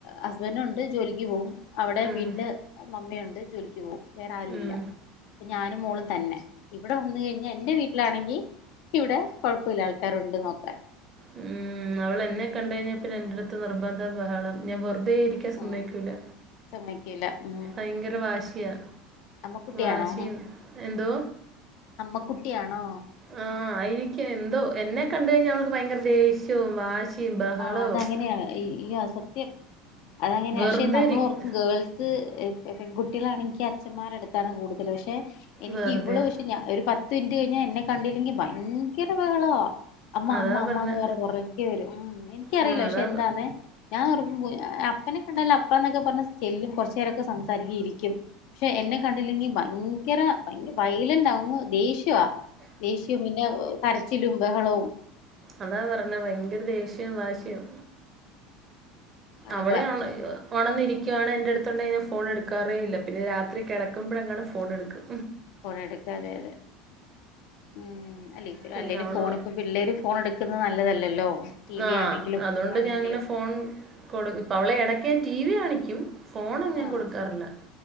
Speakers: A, on the left; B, on the right.
A: ഹസ്ബൻഡ് ഉണ്ട് ജോലിക്ക് പോകും അവിടെ
B: ഉം
A: വീട്ടില് മമ്മയുണ്ട്. ജോലിക്ക് പോകും വേറെ ആരുല്ല
B: ഉം
A: ഞാനും മോളും തന്നെ ഇവിടെ വന്നു കഴിഞ്ഞ എന്റെ വീട്ടിലാണെങ്കിൽ നിക്ക് ഇവിടെ കൊഴപ്പമില്ല ആൾക്കാരുണ്ട് നോക്കാൻ
B: ഉം അവള് എന്നെ കണ്ട് കഴിഞ്ഞാ ൽ പിന്നെ എന്റടുത്ത് നിർബന്ധ ബഹളം ഞാൻ വെറുതെ ഇരിക്കാൻ സമ്മയിക്കൂല്ല
A: ഉം സമ്മയ്ക്കൂല്ല ഉം
B: ഭയങ്കര വാശിയാ
A: അമ്മക്കുട്ടിയാണോ
B: വാശിയും എന്തോ
A: അമ്മക്കുട്ടിയാണോ ഉം
B: ആ ആയിരിക്കും എന്തോ എന്നെ കണ്ട കഴിഞ്ഞാൽ അവൾക്ക് ഭയങ്കര ദേഷ്യവും വാശിയും ബഹളവും
A: ആ അതങ്ങനെയാണ് യ്യോസത്യം അതങ്ങനെയ
B: വെറുതെ
A: പക്ഷെ നമ്മളോർക്കും
B: ഇരി
A: ഗേൾസ് പെൺകുട്ടികളാണെങ്കിൽ അച്ഛന്മാരുടെ അടുത്താണ് കൂടുതൽ പക്ഷെ എനിക്ക്
B: വെറുതെയാ
A: ഇവള് പക്ഷെ ഒരു പത്ത് തിന് കഴിഞ്ഞ എന്നെ കണ്ടില്ലെങ്കി ഭയങ്കര ബഹളമാ അമ്മ
B: അതാ
A: അമ്മ അമ്മമാന്ന്
B: പറഞ്ഞെ
A: പറഞ്ഞു പൊറകെ വരും എനിക്കറിയില്ല
B: ഉം
A: പക്ഷെ
B: അതാ
A: എന്താന്നേ ഞാൻ ഉറങ്ങുമ്പോ അപ്പൻ - എന്നെ കണ്ട അപ്പാന്നോ ക്കെ പറഞ്ഞ ചെല്ലും കുറച്ചേരൊക്കെ സംസാരിക്കും ഇരിക്കും പക്ഷെ എന്നെ കണ്ടില്ലെങ്കിൽ ഭയങ്കര- ഭയങ്കര വയലന്റാവും ദേഷ്യ ആ ദേഷ്യവും പിന്നെ കരച്ചിലും ബഹളവും
B: അതാ പറഞ്ഞ ഭയങ്കര ദേഷ്യംവും വാശിയും
A: ആകെ
B: അവള്
A: ഉം
B: ഉണന്നിരിക്ക ക്കാണ് എന്റടുത്തുണ്ടെങ്കിൽ ഞാൻ ഫോൺ എടുക്കാറേയില്ല പിന്നെ രാത്രി കിടക്കുമ്പോഴെങ്ങാണ് ഫോണ് എടുക്കുക
A: ഫോൺ എടുക്കാതെ അതെ ഉം അല്ലേ ഇ
B: പിന്നെ
A: അല്ലേലും
B: അവള്
A: ഫോൺ ഇപ്പ പിള്ളേരും ഫോൺ എടുക്കുന്നത് നല്ലതല്ലല്ലോ ടി
B: ആ
A: വി ആണെങ്കിലും
B: അതുകൊണ്ട്
A: ആണെങ്കിലും
B: ഞാനങ്ങനെ ഫോൺ കൊടുക്ക് ഇപ്പ അവളെ ഇടക്ക് ഞാൻ ടി വി കാണിക്കും. ഫോൺ ഒന്നും ഞാൻ
A: ആഹ്
B: കൊടുക്കാറില്ല.